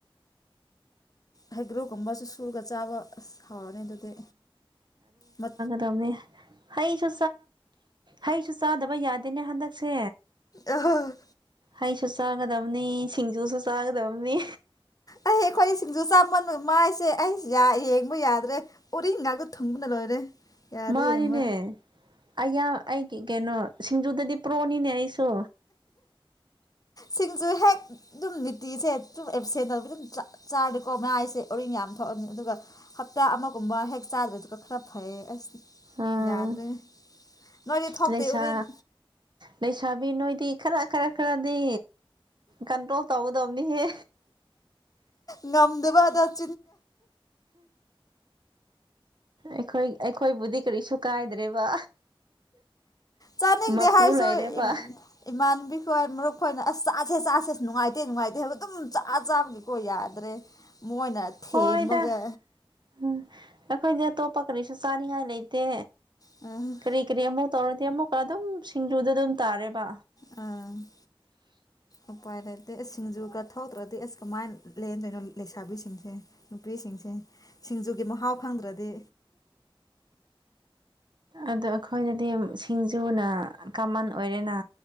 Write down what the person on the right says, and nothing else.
ꯇꯝꯅꯦ ꯍꯩꯁꯨ ꯍꯩꯁꯨ ꯆꯥꯗꯕ ꯌꯥꯗꯦꯅꯦ ꯍꯟꯗꯛꯁꯦ
ꯍꯩꯁꯨ ꯆꯥꯒꯗꯕꯅꯤ ꯁꯤꯡꯖꯨꯁꯨ ꯆꯥꯒꯗꯕꯅꯤ
ꯃꯥꯅꯤꯅꯦ
ꯑꯩꯌꯥ ꯑꯩꯒꯤ ꯀꯩꯅꯣ ꯁꯤꯡꯖꯨꯗꯗꯤ ꯄ꯭ꯔꯣꯅꯤꯅꯦ ꯑꯩꯁꯨ
ꯎꯝ
ꯂꯩꯁꯥ
ꯂꯩꯁꯥꯕꯤ ꯅꯣꯏꯗꯤ ꯈꯔ ꯈꯔ ꯈꯔꯗꯤ ꯀꯟꯇ꯭ꯔꯣꯜ ꯇꯧꯒꯗꯕꯅꯤꯍꯦ
ꯑꯩꯈꯣꯏ ꯑꯩꯈꯣꯏꯕꯨꯗꯤ ꯀꯔꯤꯁꯨ ꯀꯥꯏꯗ꯭ꯔꯦ ꯂꯩꯔꯦꯕ
ꯃꯄꯨ
ꯂꯩꯔꯦꯕ
ꯍꯣꯏꯗ ꯎꯝ ꯑꯩꯈꯣꯏꯗꯤ ꯑꯇꯣꯞꯄ ꯀꯔꯤꯁꯨ ꯆꯥꯅꯤꯡꯉꯥꯏ ꯂꯩꯇꯦ
ꯀꯔꯤ ꯀꯔꯤ ꯑꯃꯨꯛ ꯇꯧꯔꯗꯤ ꯑꯃꯨꯛꯀꯥ ꯑꯗꯨꯝ ꯁꯤꯡꯖꯨꯗ ꯑꯗꯨꯝ ꯇꯥꯔꯦꯕ
ꯑꯗꯧ ꯑꯩꯈꯣꯏꯗꯗꯤ ꯁꯤꯡꯖꯨꯅ ꯀꯃꯟ ꯑꯣꯏꯔꯦꯅ